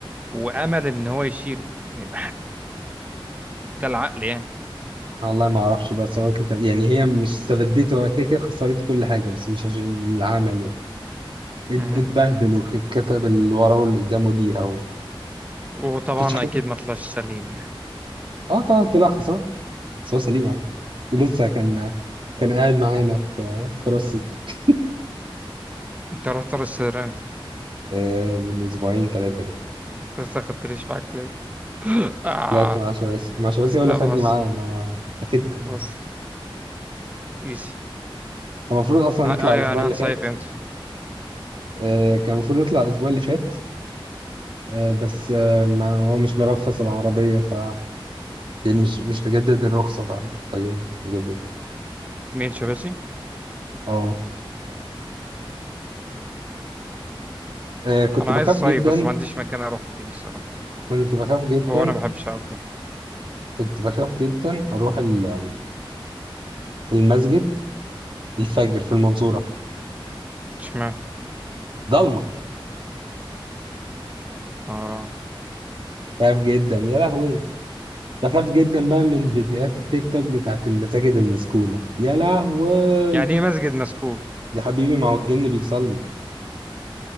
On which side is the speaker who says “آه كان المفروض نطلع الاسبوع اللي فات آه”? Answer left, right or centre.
Right